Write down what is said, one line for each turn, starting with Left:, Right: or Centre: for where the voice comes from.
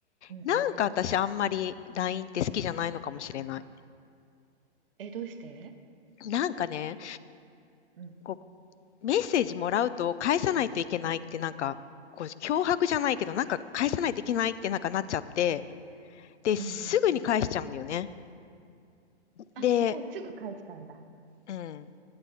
Right: うんう
Left: なんか私あんまり LINE って好きじゃないのかもしれない。
Right: ん。え、どうして
Left: なんかね、
Right: うん
Left: こう、メッセージもらうと返さないといけないってなんか、こう、脅迫じゃないけど、なんか返さないといけないってなんかなっちゃって、で、
Right: うんうん。
Left: すぐに返しちゃうんだよね。
Right: あ、
Left: で、
Right: もうすぐ返したんだ。
Left: うん、